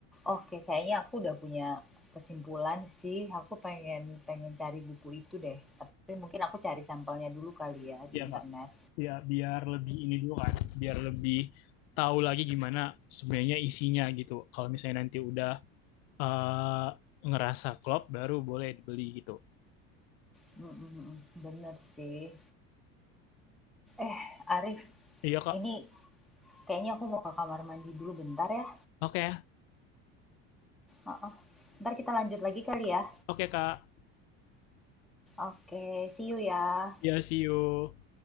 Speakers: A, in the centre; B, on the left.
A: Oke, kayaknya aku udah punya kesimpulan sih, aku pengen pengen cari buku itu deh, tapi mungkin aku cari sampelnya dulu kali ya
B: Iya
A: di internet.
B: Kak, ya biar lebih ini dulu kan, biar lebih tahu lagi gimana sebenarnya isinya gitu. Kalau misalnya nanti udah eh, ngerasa klop, baru boleh dibeli gitu.
A: Mhm mhm, bener sih. Eh, Arif,
B: Iya Kak,
A: ini kayaknya aku mau ke kamar mandi dulu bentar ya,
B: oke, ya.
A: heeh. Entar kita lanjut lagi kali ya?
B: Oke Kak,
A: Oke, see you ya.
B: ya see you.